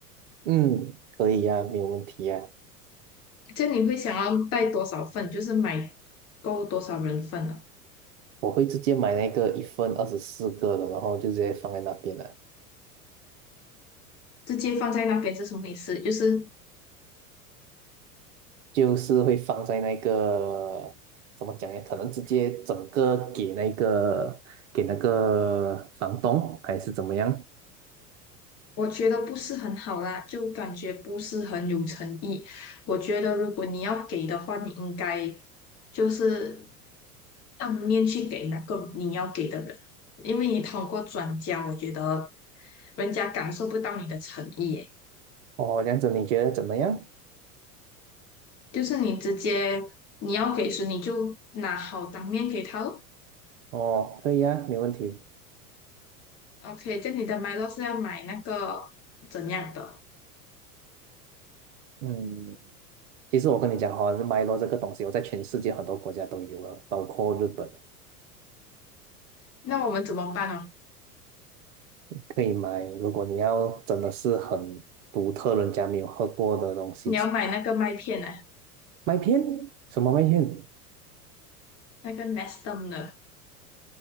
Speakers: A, on the right; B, on the left.
A: 嗯，可以啊，没有问题啊。
B: 这样你会想要带多少份？就是买够多少人份呢、
A: 我会直接买那个一份二十四个的，然后就直接放在那边了，
B: 直接放在那边是什么意思？就是
A: 就是会放在那个怎么讲呀？可能直接整个给那个给那个房东还是怎么样？
B: 我觉得不是很好啦，就感觉不是很有诚意。我觉得如果你要给的话，你应该就是当面去给那个你要给的人，因为你通过转交，我觉得人家感受不到你的诚意耶。
A: 哦，这样子你觉得怎么样？
B: 就是你直接你要给时，你就拿好当面给他咯。
A: 哦，可以啊，没问题。
B: OK，这样你的 m i 是要买那个怎样的？
A: 嗯。其实我跟你讲哈、哦，Milo 这个东西，我在全世界很多国家都有了，包括日本
B: 那我们怎么办哦？
A: 可以买。如果你要真的是很独特，人家没有喝过的东西吃，
B: 你要买那个麦片呢、
A: 麦片什么麦片？
B: 那个 Nestum 的。